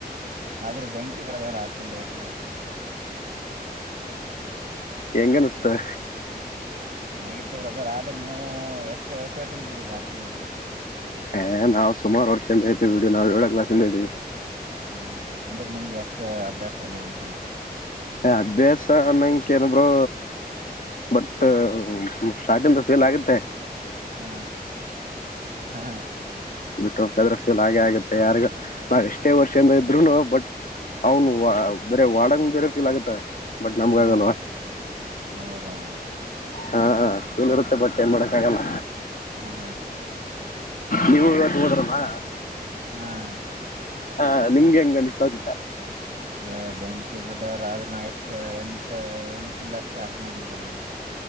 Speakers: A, on the right; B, on the left.
A: ಆದ್ರೆ ಬೆಂಕಿ ಬ್ರಧಾರ್‌ ಆಸ್ಟ್ರಲ್ ಲೈಫ್
B: ಹೆಂಗನ್ಸ್ತವೆ
A: ಚೆನ್ನಾಗಿತ್ತವ್ರ ಅದ ಆದ್ರೆ ನೀವು ಎಷ್ಟು ಎಷ್ಟು ವರ್ಷದಿಂದ ಇದೀರಿ ಅಸ್ಲ್ ನಂಗೆ
B: ಹ ನವು ಸುಮಾರು ವರ್ಷಂದ ಇರ್ತಿವಿ ಬಿಡಿ ನಾವ ಏಳ ಕ್ಲಾಸ್ <unintelligible>
A: ಹೌದು ಅಂದ್ರೆ ನಿಮ್ಗೆ ಅಷ್ಟ ಅಭ್ಯಾಸ ಆಗಿದೆ ಅಂತಾನೆ
B: ಅಭ್ಯಾಸ ಅನ್ನಂಕೇನಬರು ಬಟ್ ಸ್ಟಾರ್ಟಿಂದ ಫೀಲ್ ಆಗತ್ತೆ
A: ಹ್ಮ ಹಾ
B: ಬಿಟ್ಟದ್ರೆ ಫೀಲ್ ಹಾಗೆ ಆಗತ್ತೆ ಯಾರಗ ನಾವ್ ಎಷ್ಟೇ ವರ್ಷಿಂದ ಇದ್ರುನು ಬಟ್ ಅವ್ನು ಬರ ವಡಂಗ ಬೇರೆ ಪಿಲಾಗುತ್ತಾ ಬಟ್ ನಮಗ
A: ಹಾ
B: ಆಗಲ್ವಾ
A: ಹೌದಾ
B: ಹಾ ಏನಿರುತ್ತೆ ಬಟ್ ಏನ್ ಮಾಡಕ್ಕ ಆಗಲ್ಲ
A: ಹಾ
B: ನೀವು ಹ ಹೋದ್ರವಾ
A: ಹಾ
B: ಹಾ ನಿಮ್ಗೆ ಹಂಗ ಅನ್ಸ್ತು ಅಂತ
A: ಹ ಬೆಂಕಿ ಬ್ರದರ್ ಆದರೂ ನಾನು ಎಂಟ ಎಂಟು ತಿಂಗಗಳಷ್ಟೇ ಅಷ್ಟನಾಗಿದ್ದೆ ನಾನು